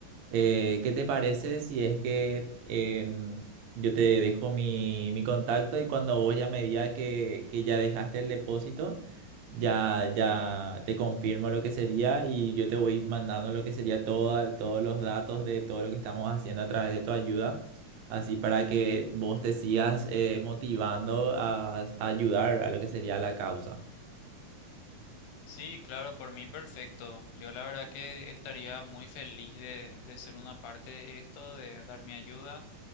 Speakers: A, on the right (about 80°); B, on the left (about 75°).
A: Eh, ¿qué te parece si es que em, yo te dejo mi, mi contacto y cuando vos ya me digas que, que ya dejaste el depósito, ya, ya te confirmo lo que sería y yo te voy mandando lo que sería todo, todos los datos de todo lo que estamos haciendo a través de tu ayuda, así para que vos te sigas eh, motivando a, a ayudar a lo que sería la causa.
B: Sí, claro, por mí perfecto. Yo la verdad que estaría muy feliz de, de ser una parte de esto, de dar mi ayuda.